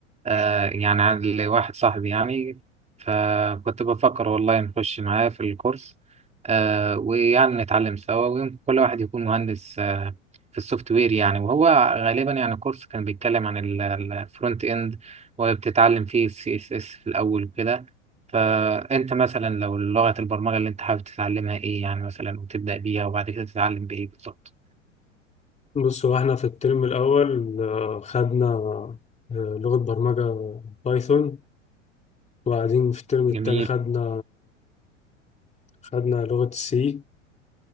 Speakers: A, on the right; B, on the left.
A: آه يعني عند واحد صاحبي يعني فكنت بفكر والله نخش معاه في الكورس آه ويعني نتعلم سوا ويمكن كل واحد يكون مهندس آه في السوفت وير يعني وهو غالبا يعني الكورس كان بيتكلم عن الفرونت إند وبتتعلم فيه السي اس اس في الأول وكده فأنت مثلا لو لغة البرمجة اللي أنت حابب تتعلمها إيه يعني مثلا وتبدأ بيها وبعد كده تتعلم بإيه بالظبط
B: بص هو إحنا في الترم الأول آه، خدنا آه، لغة برمجة بايثون وبعدين في الترم التاني
A: جميل
B: خدنا خدنا لغة سي